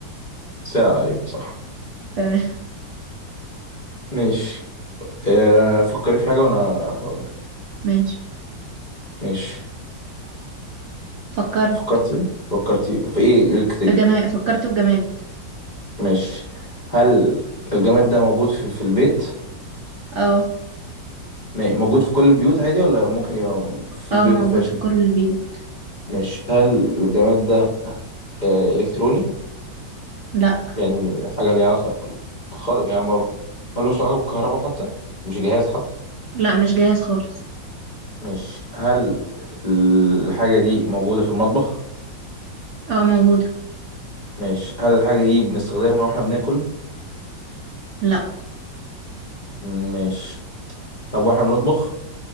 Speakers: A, on the left; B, on the right.
A: ساعة أيوة صح
B: تمام
A: ماشي آه فكري في حاجة وأنا هقول
B: ماشي
A: ماشي
B: فكرت
A: فكرتي فكرتي في إيه إيه الكاتيجوري
B: فجماد فكرت في جماد
A: مش هل الجماد ده موجود في, في البيت
B: اه
A: م- موجود في كل البيوت عادي ولا ممكن يبقى في
B: اه
A: بيوت
B: موجود
A: ما فيهاش
B: في كل البيوت
A: مش هل الجماد ده آه، إلكتروني
B: لا
A: يعني حاجة ليها علاقة خال... يعني ما ملوش علاقة بالكهرباء حتى مش جهاز حتى
B: لا مش جاهز خالص
A: مش هل الحاجة دي موجودة في المطبخ
B: اه موجودة
A: مش هل الحاجة دي بنستخدمها واحنا بناكل
B: لا
A: مش طب واحنا بنطبخ